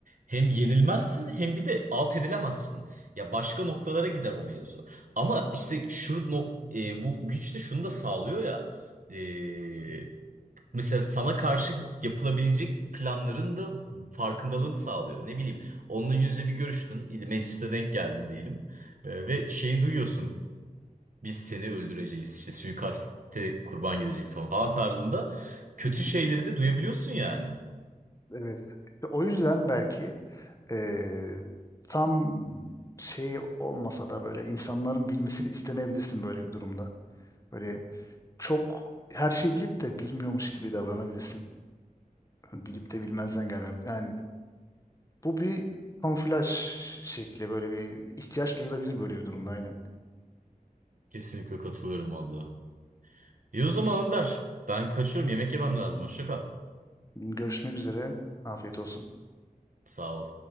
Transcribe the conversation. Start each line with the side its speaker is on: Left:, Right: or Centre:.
Right: hem yenilmezsin hem bir de alt edilemezsin. Ya başka noktalara gider o mevzu. Ama işte şu nok e, bu güç de şunu da sağlıyor ya. e, Mesela sana karşı yapılabilecek planların da farkındalığını sağlıyor. Ne bileyim, onunla yüz yüze bir görüştün, il- mecliste denk geldin diyelim. Ee, ve şeyi duyuyorsun, biz seni öldüreceğiz, işte suikaste kurban gideceksin falan falan tarzında. Kötü
Left: Hı hı.
Right: şeyleri de duyabiliyorsun yani.
Left: Evet. İşte O yüzden belki e, tam şey olmasa da böyle insanların bilmesini istemeyebilirsin böyle bir durumda. Böyle çok her şeyi bilip de bilmiyormuş gibi davranabilirsin. Yani bilip de bilmezden gelme. Yani Bu bir kamuflaj şekli böyle bir ihtiyaç duyulabilir böyle bir durumda aynen.
Right: Kesinlikle katılıyorum vallahi. İyi o zaman Önder, ben kaçıyorum, yemek yemem lazım, hoşça kal.
Left: Görüşmek üzere. Afiyet olsun.
Right: Sağ ol.